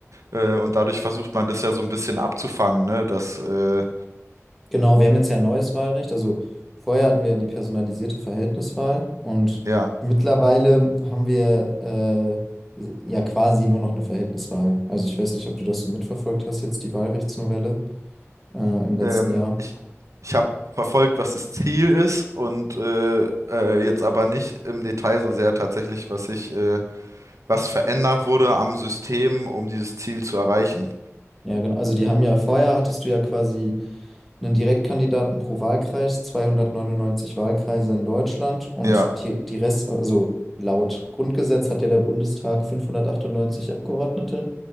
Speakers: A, on the right (about 75°); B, in the centre.
A: äh, und dadurch versucht man das ja so ein bisschen abzufangen, ne? Dass, äh,
B: Genau, wir haben jetzt ja ein neues Wahlrecht. Also vorher hatten wir ja die personalisierte Verhältniswahl und
A: ja.
B: mittlerweile haben wir äh, ja quasi nur noch eine Verhältniswahl. Also ich weiß nicht, ob du das so mitverfolgt hast, jetzt die Wahlrechtsnovelle äh, im letzten
A: Ähm,
B: Jahr.
A: ich ich habe verfolgt, was das Ziel ist und äh, äh, jetzt aber nicht im Detail so sehr tatsächlich, was sich, äh, was verändert wurde am System, um dieses Ziel zu erreichen.
B: Ja, genau. Also die haben ja, vorher hattest du ja quasi einen Direktkandidaten pro Wahlkreis, 299 Wahlkreise in Deutschland und
A: Ja,
B: die, die Rest, also laut Grundgesetz hat ja der Bundestag 598 Abgeordnete